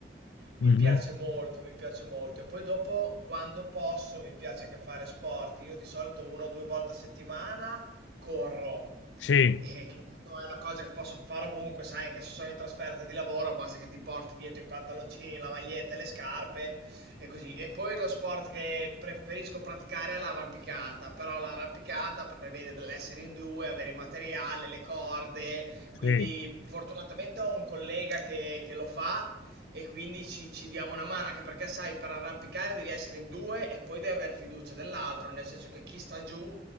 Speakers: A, on the right; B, on the left.
A: mi
B: Mhm.
A: piace molto, mi piace molto. E poi dopo, quando posso, mi piace anche fare sport. Io di solito una o due volte a settimana corro.
B: Sì, eh,
A: E che tanto è una cosa che posso fare ovunque, sai, anche se sono in trasferta di lavoro, basta che ti porti dietro i pantaloncini, la maglietta e le scarpe e così. E poi lo sport che preferisco praticare è l'arrampicata, però l'arrampicata prevede dell'essere in due, avere il materiale, le corde, quindi
B: sì,
A: fortunatamente ho un collega che, che lo fa e quindi ci, ci diamo una mano, anche perché sai, per arrampicare devi essere in due e poi devi aver fiducia dell'altro, nel senso che chi sta giù